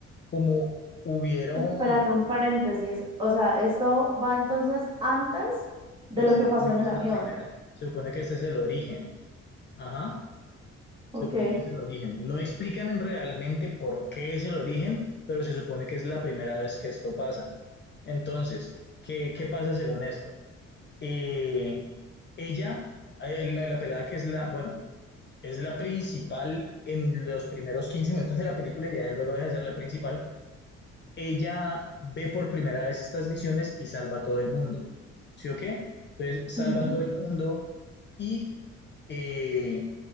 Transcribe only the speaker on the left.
como hubieron,
y
se
supone
que
esa
es la primera, se supone que este es el origen, ajá,
se supone que es el origen. No explican en realmente por qué es el origen, pero se supone que es la primera vez que esto pasa. Entonces, ¿qué, qué pasa según esto? Eh, ella, eh, la, la pelada que es la, bueno, es la principal en los primeros 15 minutos de la película y ya luego deja de ser la principal ella ve por primera vez estas visiones y salva a todo el mundo. ¿Sí o qué? Entonces salva
a todo el mundo y eh,